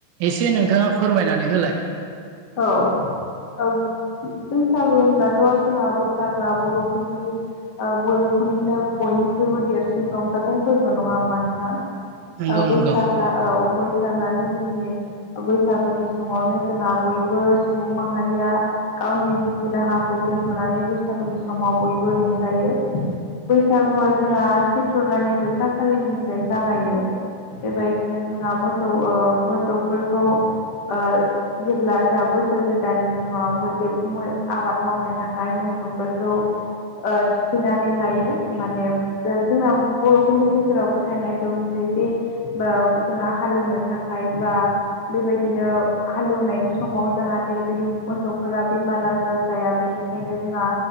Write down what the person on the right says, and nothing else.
एसे नोंथाङा फोरमायनानै होलाय।
नंगौ
नंगौ